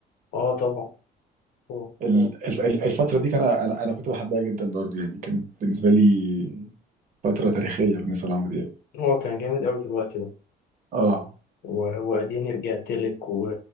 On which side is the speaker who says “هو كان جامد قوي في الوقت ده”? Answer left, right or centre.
Left